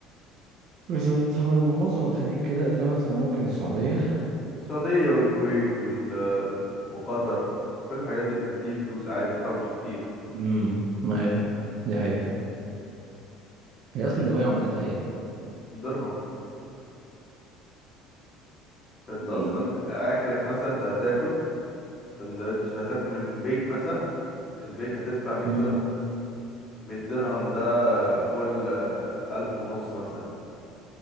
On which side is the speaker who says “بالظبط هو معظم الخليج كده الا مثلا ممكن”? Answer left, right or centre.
Right